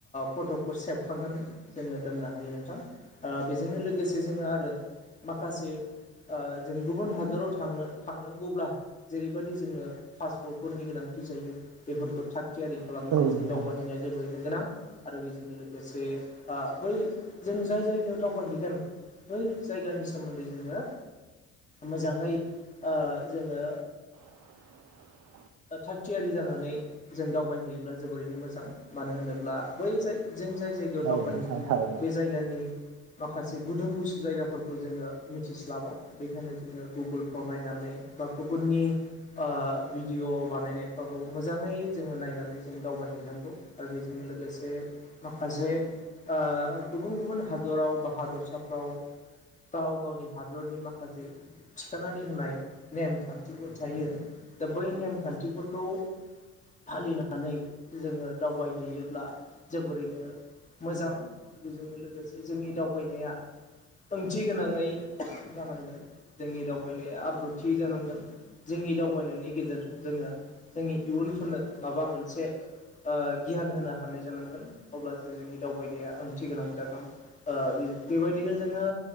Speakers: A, on the left; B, on the right.
A: फट'खौ सेबखांनानै जोङो दोननो हायो नोंथां। बेजोंनो लोगोसे जोङो आरो माखासे ओ जों गुबुन हादराव थांनो थांनांगौब्ला जेरैबायदि जोङो पासपर्ट फोरनि गोनांथि जायो बेफोरखौ थाग थियारि खालामनानै
B: औ
A: जों
B: नोंथां
A: दावबायाहैनाया जोबोरैनो गोनां। आरो बेजोंनो लोगोसे बै जों जाय जायगायाव दावबायहैगोन बै जायगानि सोमोन्दै जोङो मोजाङै जोंङो
B: <inaudible>
A: थागथियारि जानानै जों दावबायहैयोब्ला जोबोरैनो मोजां मानो होनोब्ला बै जाय जों जाय जायगायाव
B: औ
A: दावबायहैगोन
B: नोंथां थारैनो
A: बे जायगानि माखासे गुदुं गुसु जायगाफोरखौ जोङो मिथिस्लाबा बेखायनो जोङो गुगोलफ्राव नायनानै बा गुबुननि ओ बि भिडिअ' बानायनायफ्राबो मोजांङै जोंङो नायनानै जों दावबायहैनांगौ आरो बेजोंनो लोगोसे माखासे ओ गुबुन गुबुन हादराव बा हादरसाफ्राव गाव गावनि हादरनि माखासे थिखानानै होनाय नेमखान्थिफोर थायो दा बै नेमखान्थिफोरखौ। फालिनानै जोंङो दावबायहैयोब्ला जोबोरैनो मोजां बेजोंनो लोगोसे जोंनि दावबायनाया ओंथि गोनाङै जानांगोन जोंनि दावबायनाया आब्रुथि जानांगोन जोंनि जोंनि दावबायनायनि गेजेरजों जोंङो जोंनि इयुनफोरनो माबा मोनसे ओ गियान होनो हानाय जानांगोन अब्लासो जोंनि दावबायनाया ओंथि गोनां जागोन । बेबायदिनो जोंङो